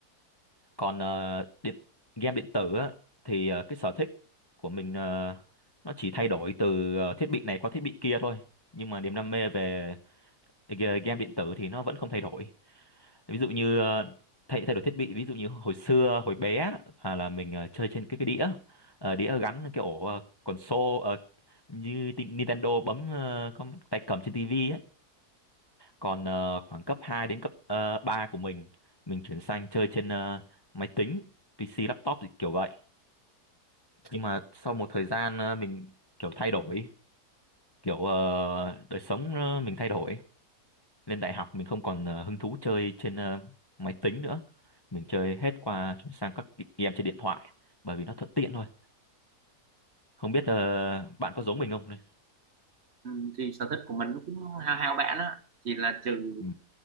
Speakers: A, on the left; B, on the right.
A: còn ờ, điện game điện tử á, thì ờ, cái sở thích của mình ờ, nó chỉ thay đổi từ ờ, thiết bị này qua thiết bị kia thôi nhưng mà niềm đam mê về g- game điện tử thì nó vẫn không thay đổi ví dụ như ờ, thay thay đổi thiết bị ví dụ như hồi xưa hồi bé á, à, là mình ờ, chơi trên cái cái đĩa Ờ, đĩa gắn cái ổ ờ, console ờ, như Ti- Nintendo bấm ờ, con tay cầm trên tivi còn ờ, khoảng cấp 2 đến cấp uh, 3 của mình, mình chuyển sang chơi trên ờ, máy tính, PC, laptop thì kiểu vậy. Nhưng mà sau một thời gian ờ, mình kiểu thay đổi, kiểu ờ, đời sống ờ, mình thay đổi. Lên đại học mình không còn ờ, hứng thú chơi trên ờ, máy tính nữa. Mình chơi hết qua chuyển sang các game trên điện thoại, bởi vì nó thuận tiện thôi. Không biết ờ, bạn có giống mình không đây?
B: Ừ, thì sở thích của mình nó cũng hao hao bạn á thì là trừ
A: Ừ.